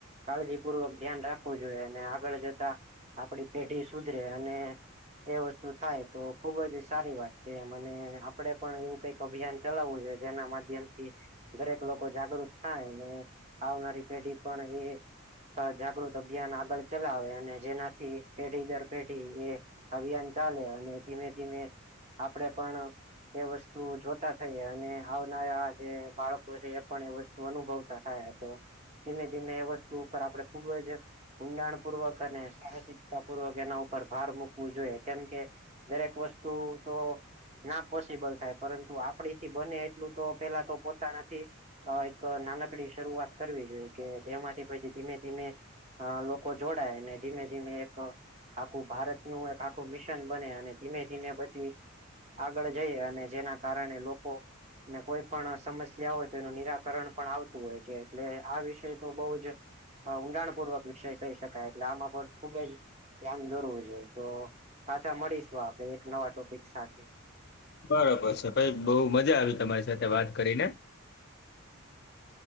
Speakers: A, on the right; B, on the left.
A: કાળજીપૂર્વક ધ્યાન રાખવું જોઈએ, અને આ આગળ જતા આપણી પેઢી સુધરે અને એ વસ્તુ થાય તો ખુબ જ સારી વાત છે. મને આપડે પણ એવું કંઈક અભિયાન ચલાવવું જોઈએ. જેના માધ્યમ થી દરેક લોકો જાગૃત થાય ને આવનારી પેઢી પણ એ જાગૃત અભિયાન આગળ ચલાવે અને જેનાથી પેઢી દર પેઢી એ અભિયાન ચાલે અને ધીમે ધીમે આપડે પણ એ વસ્તુ જોતા થઈ અને આવનારા જે બાળકો છે. એ પણ એ વસ્તુ અનુભવતા થાય તો ધીમે ધીમે એ વસ્તુ ઉપર આપણે ખુબ જ ઊંડાણ પૂર્વક અને સાહસિકતા પૂર્વક એના ઉપર ભાર મૂકવું જોઈએ, કેમકે દરેક વસ્તુ તો ના પોસિબલ થાય, પરંતુ આપડી થી બને એટલું તો પેલા તો પોતાના થી અ એક નાનકડી શરૂઆત કરવી જોઈએ કે જેમાંથી પછી ધીમે-ધીમે અ લો લોકો જોડાય અને ધીમે ધીમે એક આખું ભારતનું એક આખું મિશ મિશન બને અને ધીમે-ધીમે પછી આગળ જઈ અને જેના કારણે લોકો ને કોઈ પણ સમસ્યા હોય તો એનું નિરાકરણ પણ આવતું હોય છે, એટલે આ વિશે તો બહુ જ ઊંડાણપૂર્વક વિષય કહી શકાય એટલે આમાં પણ ખુબ જ ધ્યાન દોરવું જોઈએ તો પાછા મળીશું આપણે એક નવા ટોપિક સાથે.
B: બરોબર છે ભાઈ. બહુ મજા આવી તમારી સાથે વાત કરીને.